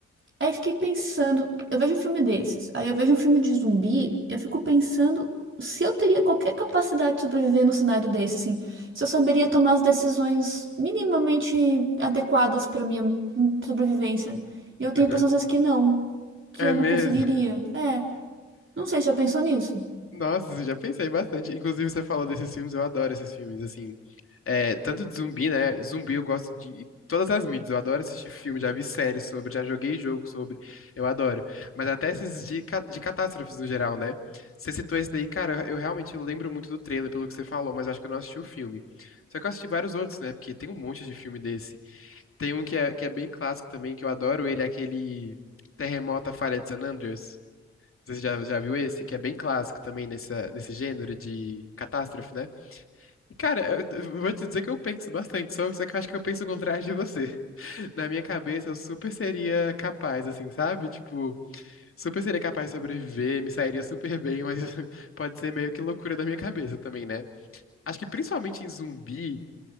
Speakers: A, on the right (about 40°); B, on the left (about 45°).
A: Aí fiquei pensando, eu vejo um filme desses, aí eu vejo um filme de zumbi, eu fico pensando se eu teria qualquer capacidade de sobreviver num cenário desse, assim, se eu saberia tomar as decisões minimamente adequadas para minha hum, sobrevivência. E eu tenho
B: <laughs> aham.
A: a impressão às vezes que não, que
B: É
A: eu
B: mesmo?
A: não conseguiria. É, não sei, já pensou nisso?
B: Nossa, eu já pensei bastante. Inclusive, você falou desses filmes, eu adoro esses filmes, assim. É, tanto de zumbi, né? Zumbi eu gosto de todas as mídias. Eu adoro assistir filme, já vi séries sobre, já joguei jogo sobre. Eu adoro. Mas até esses de, ca- de catástrofes no geral, né? Você citou esse daí, cara, eu eu realmente lembro muito do trailer, pelo que você falou, mas acho que eu não assisti o filme. Só que eu assisti vários outros, né? Porque tem um monte de filme desse. Tem um que é, que é bem clássico também, que eu adoro ele, é aquele Terremoto, a Falha de San Andreas. Você já, já viu esse, que é bem clássico também nessa, nesse gênero de catástrofe, né? E, cara, eu, eu vou te dizer que eu penso bastante sobre, só que eu acho que eu penso o contrário de você. <laughs> Na minha cabeça, eu super seria capaz, assim, sabe? Tipo, super seria capaz de sobreviver, me sairia super bem, mas <laughs> pode ser meio que loucura da minha cabeça também, né? Acho que principalmente em zumbi.